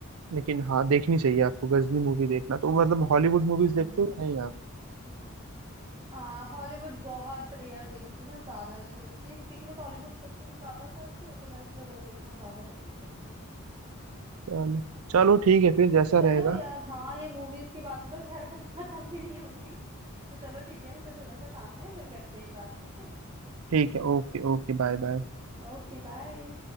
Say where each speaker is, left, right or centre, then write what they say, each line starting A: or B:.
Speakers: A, on the right; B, on the right.
A: लेकिन हाँ देखनी चाहिए आपको गजनी मूवी देखना तो मतलब हॉलीवुड मूवीज
B: हम्म
A: देखते हो कि नहीं आप
B: आ हॉलीवुड बहुत रेयर देखती हूँ मैं ज्यादा नहीं देखती क्योंकि मैं टॉलीवुड पसंद ज्यादा करती हूँ तो मैं इसलिए वो देखना ज्यादा पसंद करती हूँ
A: चलो चलो ठीक है फिर जैसा
B: चलो
A: रहेगा
B: यार हाँ ये मूवीज की बातें तो खैर कभी खत्म भी नहीं होंगी तो चलो ठीक है मुझे थोड़ा सा काम है फिर करते हैं बात ठीक है
A: ठीक है ओके ओके बाय बाय
B: Okay bye